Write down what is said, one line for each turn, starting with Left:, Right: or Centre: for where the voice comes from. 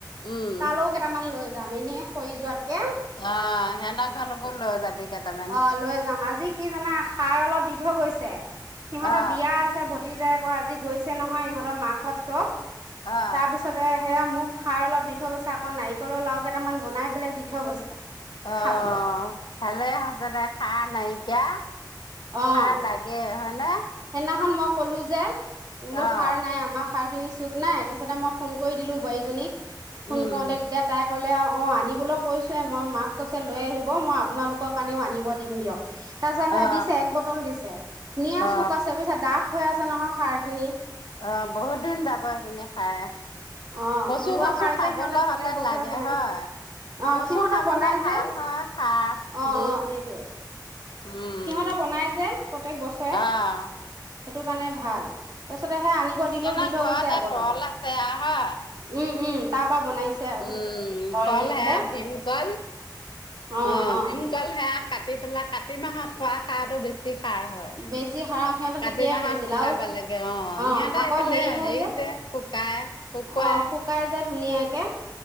Left: উম
Right: তালৈও কেইটামান লৈ যাম এনেই সৰি যোৱাতকে
Left: অহ সেনে খান মোকো লৈ যাবি। কেইটামান
Right: অ লৈ যাম। আজি কি জানা সাৰ অলপ দি থৈ গৈছে সিহঁতৰ
Left: অ
Right: বিয়া আছে উটি যায় আকৌ আজি গৈছে নহয় ইহঁতৰ মাক হত চব।
Left: অ
Right: তাৰপিছতে সেয়া মোক খাৰ অলপ দি- দি থৈ গৈছে আকৌ নাৰিকলৰ লাৰু কেইটামান বনাই পেলাই দি থৈ গৈছে।
Left: অঁ
Right: খাবলৈ
Left: ভালে হৈছে দে সা নাইকিয়া।
Right: অঁ
Left: খাৰ লাগে হয়নে?
Right: সেইদিনাখন মই কলো যে বোলো
Left: অ
Right: খাৰ নাই আমাৰ। খাৰখিনি চুক নাই তাৰপিছতে মই ফোন কৰি দিলোঁ বোৱাৰীজনীক, ফোন
Left: উম
Right: কৰোঁতে তেতিয়া তাই ক'লে আৰু- অঁ আনিবলৈ কৈছোৱেই মই মাক কৈছে লৈ আহিব, মই আপোনালোকৰ কাৰণেও আনিব দিম দিয়ক। তাৰ পিছত সেয়া
Left: অ অ
Right: দিছে এক বটল দিছে, ধুনীয়া
Left: অ
Right: চুক আছে বুজিছা ডাঠ হৈ আছে। হৈ আছে নহয় খাৰখিনিত।
Left: অঁ বহুত দিন যাব সেইখিনি খায়।
Right: অঁ
Left: কচু
Right: ঘৰুৱা
Left: চচু
Right: সাৰ
Left: খাবলৈ
Right: যে সিহঁতৰ প্ৰত্যেক
Left: হলে
Right: বছৰে
Left: লাগে
Right: বনাই
Left: হয়।
Right: অঁ
Left: কচু
Right: সিহঁতৰ
Left: খাবলৈ
Right: বনাই
Left: ভাল
Right: যে
Left: হয় খাহ
Right: অঁ
Left: দি।
Right: অঁ সেইটোৱে
Left: উম
Right: সিহঁতৰ বনাই যে প্ৰত্যেক বছৰে
Left: আহ।
Right: সেইটো কাৰণে ভাল। তাৰপিছতে সেয়া আনিব দিলোঁ
Left: কেনা
Right: দি থৈ
Left: ঘৰতে
Right: গৈছে এবটল
Left: কল আছে আহা।
Right: উম উম তাৰ পৰা বনাইছে আৰু
Left: উম কল
Right: দি পেলাই
Left: সেয়া ভীম কল।
Right: অ
Left: অঁ
Right: অ
Left: ভীমকল সেয়া কাটি পেলাই কাতি মাহত খোৱা খাৰটো বেছি। খাৰ হয়।
Right: বেছি সাৰ সিহঁতে তেতিয়াই
Left: কাতি মাহত
Right: কৰিছিল
Left: শুকাব
Right: আৰু
Left: লাগে, অঁ
Right: অ
Left: সিহঁত
Right: আকৌ
Left: সেইফালে
Right: হয়
Left: হেৰি যে- শুকাই শুকোৱাই-
Right: অ শুকাই যে ধুনীয়াকে